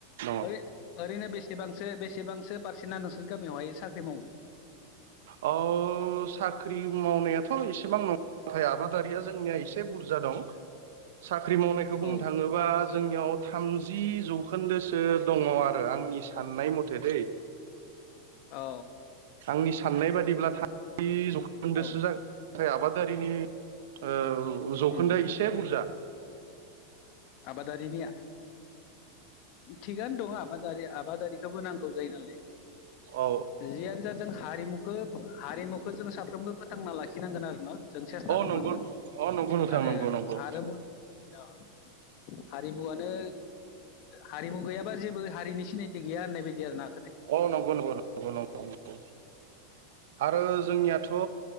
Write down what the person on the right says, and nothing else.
दङ
अ साख्रि मावनायाथ' एसेबां <unintelligible> थाय आबादारिया जोंनिया इसे बुरजा दं। साख्रि मावनायखौ बुंनो
थाङोबा जोंनियाव थामजि जौखोन्दोसो दङ आरो आंनि साननाय मथे दै
आंनि साननाय बादिब्ला <unintelligible> जौखोन्दोसो
जागोन नाथाय आबादारिनि औ जौखोन्दोआ
इसे बुरजा
औ औ
औ
नंगौ अ नंगौ नोंथां
नंगौ नंगौ
औ नंगौ नंगौ नंगौ नंगौ आरो जोंनियाथ'